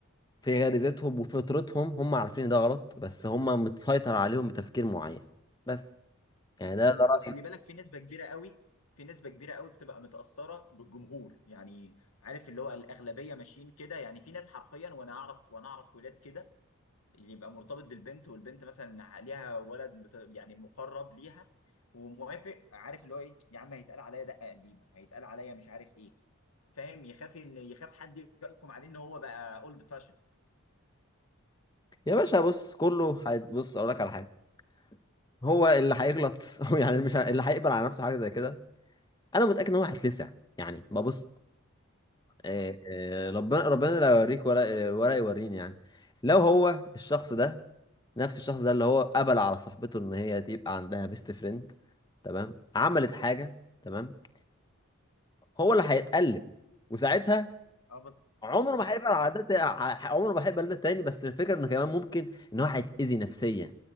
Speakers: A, on the left (about 20°); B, on the left (about 80°).
A: في غريزتهم وفطرتهم هم عارفين إن ده غلط بس هم متسيطر عليهم بتفكير معين بس يعني
B: وخلي
A: ده ده رأيي
B: وخلي بالك في نسبة كبيرة قوي في نسبة كبيرة قوي بتبقى متأثرة بالجمهور يعني عارف اللي هو الأغلبية ماشيين كده يعني في ناس حرفيا وأنا أعرف وأنا أعرف ولاد كده اللي يبقى مرتبط بالبنت والبنت مثلا ليها ولد مت- يعني مقرب ليها وموافق عارف اللي هو إيه يا عم هيتقال عليا دقة قديمة هيتقال عليا مش عارف إيه فاهم يخاف إن يخاف حد يحكم عليه إن هو بقى أولد فاشن
A: يا باشا بص كله هي- بص اقول لك على حاجه هو اللي هيغلط <laughs> هو يعني مش ه- اللي هيقبل على نفسه حاجه زي كده انا متاكد ان هو هيتلسع يعني ما بص آه،
B: صح
A: آه، ربنا ربنا لا يوريك ولا آه، ولا يوريني يعني لو هو الشخص ده نفس الشخص ده اللي هو قبل على صاحبته ان هي تبقى عندها بيست فريند تمام عملت حاجه تمام هو اللي هيتألم وساعتها
B: اه بالظبط
A: عمره
B: آه بالظبط
A: ما هيبقى
B: صح
A: العادات عمره ما هيبقى ده تاني بس الفكره انه كمان ممكن ان هو هيتاذي نفسيا